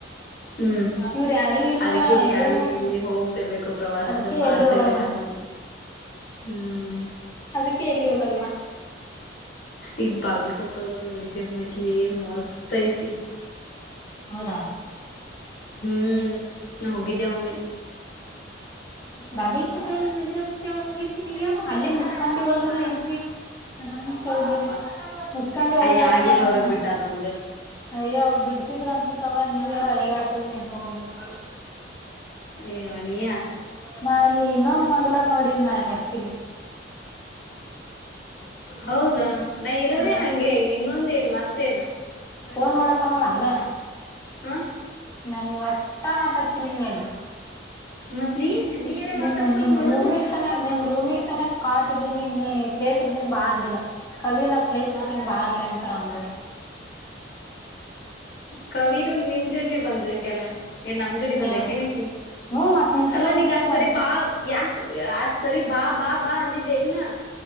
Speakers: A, on the left; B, on the left.
A: ಹ್ಮ್
B: ಇವ್ರ ಯಾರ ಇಲ್ಲ
A: ಅದಕ್ಕೆ ಅಲ್ಲಿ
B: ಏನ್ ಮಾಡ್ಲಿ
A: ಇಲ್ಲಿ ಹೋಗ್ತಿರ್ಬೇಕು ಪ್ರವಾಸದು
B: ಅದಕೆ
A: ಮಾಡ್ತಿರ್ಬೇಕ
B: ಎಲ್ಲಿ ಹೋಗಲ್ನಾ
A: ಅನ್ನೋದು ಹ್ಮ್
B: ಅದಕ್ಕೆ ಎಲ್ಲಿ ಹೋಗಲ್ನ.
A: ಇಲ್ಲಿ ಬಾಗಲಕೋಟೆ ಒಳಗೊಂದು ಮ್ಯೂಸಿಯಂ ಐಟ್ಲೆ ಮಸ್ತ್ ಆತ ಐತಿ
B: ಹೌದಾ
A: ಹ್ಮ್ ನಾ ಹೋಗಿದ್ದೇವ ಒಮ್ಮೆ
B: ಬಾಗಲ್ಕೋಟರ ಮ್ಯುಜಿಯಮ್ ಯಾವಾಗ್ ಹೋಗಿದಿ ನಿ ಯಾವಾಗ ಹೋಗಿದಿ ಅಲ್ಲಿ ಮುಸ್ಕೊಂಡಿ ಒಳಗನ <unintelligible> ಅರಾಮ್ ಸೆ ಒಗಬೋದಿತು ಮುಚ್ಕೊಂಡಿ ಒಳಗಾರ
A: ಅಯ್ಯ ಆಗ್ಯಲ್
B: ಹ್ಮ್
A: ಹೊರಗ್ ಬಿಟ್ಟಾರ ನಮಗ
B: ಅಯ್ಯ ಬಿಡ್ತಿದ್ರ ಅನ್ಸತ್ವ ನೀ ಯಾರ ಅಳಗಾಡ್ತಿಲ್ ನಿನ್ಕೋೊಂಡನ್ ಬಿಟ್ಟ.
A: ಏ ನಿ
B: ನಾ ಇಲ್ಲಿ ಇನ್ನೊಂದು ಮಂಗಲ ನೋಡಿನ್ ಹಲ್ಲ ಆಕ್ಚಲಿ
A: ಹೌದಾ ನಾ ಇರೋದೇ
B: ಹಾ
A: ಹಂಗೆ ಇನ್ನೊಂದ ನ್ ಮತ್ತೇನ್.
B: ಫನ್ ಒಳಾ ಸಮಯ ಅಲ್ಲ
A: ಹ್ಮ
B: ನನ್ ಒಟ್ಟ ಮಾತಾಡ್ಸ ನೀ ಅಲ್ಲಿ
A: ಮತ್ ನೀ ನೀಯರ
B: ನಿಮ್ಮ
A: ಮಾತಾಡ್ಸಕ್
B: ನಿಮ್
A: ನೋಡೋಣ
B: ರೂಮಿ ಸ ನಿ ರೂಮಿಕ್ಸ್ ಸನ ಕಾಟ್ ಇಡ್ದನಿ ಪ್ಲೇಸ್ ಹಿಡದಿನಬಾ ಅಂದಿಲ್ಲ ಕವಿನ ಪ್ಲೇಸ್ ಹಿಡಿದಿಣಿ ಬಾ ಇರ್ಲಿ ಅಂತಾರ ಅಂದರು
A: ಕವಿರು ನಿಮ್ ಜೋಡ್ನೆ ಬಂದಕ್ಕೆಲ್ಲ ಏನ್ ನಮ ಜೋಡಿ ಬಂದ
B: ಎಲ್ಲಿ
A: ಕೆನಕಿ
B: ಹ್ಮ ಮತ್ ನಿಮ್ಕಿಂತ
A: ಅಲ್ಲ
B: ಮುಂಚೆನೆ
A: ನೀಂಗ ಅಷ್ಟ
B: ಬಂದ್ಲ
A: ಸರಿ ಬಾ ಯಾಕ ಅಷ್ಟ ಸರಿ ಬಾ ಬಾ ಬಾ ಅಂಧದೆಲ್ ನಾ